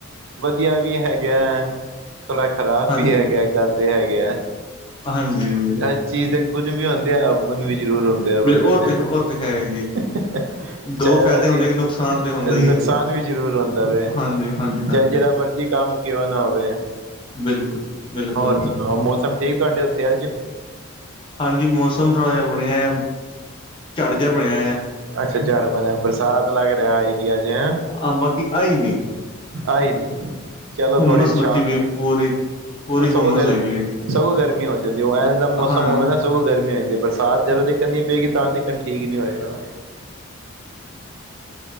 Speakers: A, on the right; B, on the left.
A: ਵਧੀਆ ਵੀ ਹੈਗਾ। ਥੋੜ੍ਹਾ ਖਰਾਬ
B: ਹਾਂਜੀ
A: ਵੀ ਹੈਗਾ ਗਲਤ ਹੈਗੇ ਆ
B: ਹਾਂਜੀ ਹਾਂਜੀ
A: ਅ ਚੀਜ਼ ਦੇ ਗੁਨ ਵੀ ਹੁੰਦੇ ਆ ਅਵਗੁਨ ਵੀ ਜ਼ਰੂਰ ਹੁੰਦ ਹੁੰਦੇ
B: ਉਹ
A: ਵੀ ਆ
B: ਤੇ
A: ਬੰਦੇ
B: ਉਹ ਤੇ ਹੈ ਜੀ
A: ਦੇ,
B: ਦੋ
A: ਚਾਹੇ
B: ਫਾਇਦੇ
A: ਅਸੀਂ
B: ਹੁੰਦੇ ਕਿ ਨੁਕਸਾਨ ਤੇ ਹੁੰਦਾ
A: ਨੁਕਸਾਨ
B: ਹੀ ਹੈ ਜੀ
A: <unintelligible> ਵੀ ਜ਼ਰੂਰ ਹੁੰਦਾ ਵੇ,
B: ਹਾਂਜੀ ਹਾਂਜੀ ਹਾਂਜੀ
A: ਚਾਹੇ ਜੈਹੜਾ ਮਰਜ਼ੀ ਕੰਮ ਕਿਉਂ ਨਾ ਹੋਵੇ।
B: ਬਿਲਕੁਲ ਬਿਲਕੁਲ
A: ਹੋਰ ਸੁਣਾਓ ਮੌਸਮ ਠੀਕ ਤੁਹਾਡੇ ਉੱਥੇ ਅੱਜ?
B: ਹਾਂਜੀ ਮੌਸਮ ਥੋੜ੍ਹਾ ਜਿਹਾ ਬਣਿਆ ਝੜ ਜਿਹਾ ਬਣਿਆ ਐ।
A: ਅੱਛਾ ਝੜ ਬਣਿਆ ਬਰਸਾਤ ਲੱਗ ਰਿਹਾ ਆਏਗੀ ਅੱਜ ਐ।
B: ਹਾਂ ਬਾਕੀ ਆਈ ਨੀ।
A: ਆਈ ਨੀ ਚੱਲੋ
B: ਹੁੰਮਸ
A: ਥੋੜੀ ਸ਼ਾ
B: ਮੱਚੀ ਵੀ ਪੂਰੀ ਪੂਰੀ
A: ਉਹ ਸਗੋਂ
B: ਹੁੰਮਸ
A: ਗਰ
B: ਹੋਈ ਵੀ
A: ਸਗੋਂ ਗਰਮੀ ਹੋ ਜਾਂਦੀ ਉਹ ਐਵ ਦਾ ਮੌਸਮ
B: ਹਾਂ
A: ਹੋਵੇ ਨਾ ਸਗੋਂ ਗਰਮੀਂ ਹੋ ਜਾਂਦੀ ਏ ਬਰਸਾਤ ਜਦੋਂ ਤੀਕਨ ਨੀ ਪਏਗੀ ਤਾਂ ਤੀਕਨ ਠੀਕ ਈ ਨੀ ਹੋਏਗਾ।